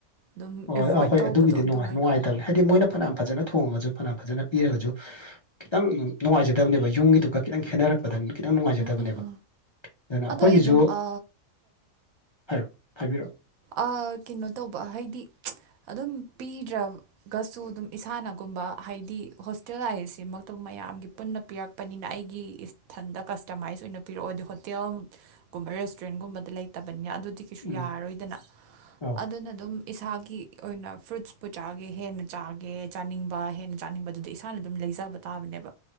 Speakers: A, on the right (about 90°); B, on the left (about 35°).
A: ꯑꯗꯨꯝ
B: ꯑꯣꯏ
A: ꯑꯦꯚꯣꯏꯠ
B: ꯑꯥꯎ ꯍꯣꯢ
A: ꯇꯧꯕꯗꯣ
B: ꯑꯗꯨꯒꯤꯗꯤ
A: ꯑꯗꯨꯃꯥꯏꯅ
B: ꯅꯨꯡꯉꯥꯢ ꯅꯨꯡꯉꯥꯢꯇꯕꯅꯦ ꯍꯥꯢꯗꯤ ꯃꯣꯢꯅ ꯐꯅꯥꯝ ꯐꯖꯅ ꯊꯣꯡꯉꯖꯨ ꯐꯅꯥꯝ ꯐꯖꯅ ꯄꯤꯔꯒꯖꯨ ꯈꯤꯇꯪ ꯅꯨꯡꯉꯥꯏꯖꯗꯕꯅꯦꯕ ꯌꯨꯝꯒꯤꯗꯨꯒ ꯈꯤꯇꯪ ꯈꯦꯠꯅꯔꯛꯄꯗ ꯈꯤꯇꯪ ꯅꯨꯡꯉꯥꯏꯖꯗꯕꯅꯦꯕ
A: ꯎꯝ ꯎꯝ ꯎꯝ
B: ꯑꯗꯨꯅ
A: ꯑꯗꯣ
B: ꯑꯈꯣꯏꯒꯤꯖꯨ
A: ꯑꯩ ꯑꯗꯨꯝ ꯑ
B: ꯍꯥꯏꯔꯣ ꯍꯥꯏꯕꯤꯔꯣ
A: ꯑꯥ ꯀꯤꯅꯣ ꯇꯧꯕ ꯍꯥꯏꯗꯤ ꯑꯗꯨꯝ ꯄꯤꯗ꯭ꯔ ꯒꯁꯨ ꯑꯗꯨꯝ ꯏꯁꯥꯅꯒꯨꯝꯕ ꯍꯥꯏꯗꯤ ꯍꯣꯁꯇꯦꯜ ꯍꯥꯏꯁꯤꯃꯛꯇꯕꯨ ꯃꯌꯥꯝꯒꯤ ꯄꯨꯟꯅ ꯄꯤꯔꯛ ꯄꯅꯤꯅ ꯑꯩꯒꯤ ꯏꯁ ꯊꯟꯗ ꯀꯁꯇꯃꯥꯏꯁ ꯑꯣꯏꯅ ꯄꯤꯔꯛꯑꯣꯗꯤ ꯍꯣꯇꯦꯜ ꯒꯨꯝꯕ ꯔꯦꯁꯇꯨꯔꯦꯟꯒꯨꯝꯕꯗ ꯂꯩꯇꯕꯅꯤꯅ ꯑꯗꯨꯗꯤ ꯀꯩꯁꯨ
B: ꯎꯝ
A: ꯌꯥꯔꯔꯣꯏ
B: <inaudible>
A: ꯑꯗꯨꯅ ꯑꯗꯨꯝ ꯏꯁꯥꯒꯤ ꯑꯣꯏꯅ ꯐ꯭ꯔꯨꯠꯁꯄꯨ ꯆꯥꯒꯦ ꯍꯦꯟꯅ ꯆꯥꯒꯦ ꯆꯥꯅꯤꯡꯕ ꯍꯦꯟꯅ ꯆꯥꯅꯤꯡꯕꯗꯨꯗꯤ ꯏꯁꯥ ꯏꯁꯥꯅ ꯑꯗꯨꯝ ꯂꯩꯖꯕ ꯇꯥꯕꯅꯦꯕ